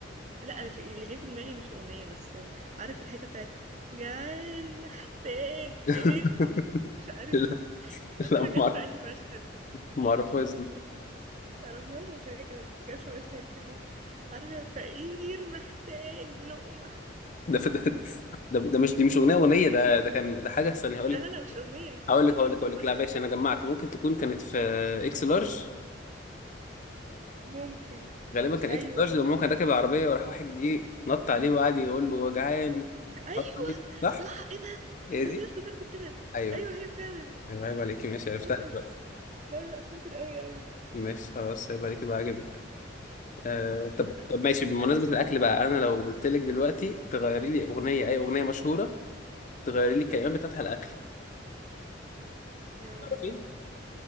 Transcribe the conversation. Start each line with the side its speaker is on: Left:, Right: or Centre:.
Right: لا أنا في- اللي جه في دماغي مش أغنية بس عارف الحتة بتاعت جعان محتاج
Left: <laughs>
Right: آكل مش عارف
Left: لا
Right: ايه فاكرة
Left: لا ما
Right: جت في
Left: أعرف-
Right: أنهي مشهد
Left: ما اعرفهاش دي
Right: متعرفهاش بس هي كانت جت في مشهد كده عارفة فقير محتاج لقمة
Left: ده ده ده, ده مش دي مش اغنيه اغنيه ده ده كان ده حاجه استنى هقول
Right: لا
Left: لك
Right: لا لا مش أغنية
Left: هقول لك
Right: لكن
Left: هقول
Right: حتة
Left: لك هقول
Right: في
Left: لك
Right: مشهد
Left: لا ماشي
Right: كده
Left: انا جمعت ممكن تكون كانت في اكس لارج
Right: ممكن
Left: غالبا كان
Right: أيوة
Left: اكس لارج لما هو كان راكب العربيه وراح واحد جه نط عليه وقعد يقول له جعان
Right: أيوة
Left: عارف ليه؟ صح؟
Right: صح ايه ده
Left: هي
Right: انت
Left: دي؟
Right: ازاي افتكرت كده
Left: ايوه
Right: أيوة هي فعلا
Left: ايوه عيب عليكي ماشي عرفتها
Right: شاطر
Left: دلوقتي
Right: لا لا شاطر أوي أوي
Left: ماشي خلاص عيب عليكي بقى عجبك آه طب
Right: لا
Left: طب
Right: شاطر
Left: ماشي
Right: اسألني
Left: بمناسبه
Right: سؤال
Left: الاكل بقى انا لو قلت لك دلوقتي تغيري لي اغنيه اي اغنيه مشهوره تغيري لي الكلمات بتاعتها الاكل
Right: آه...
Left: تعرفي؟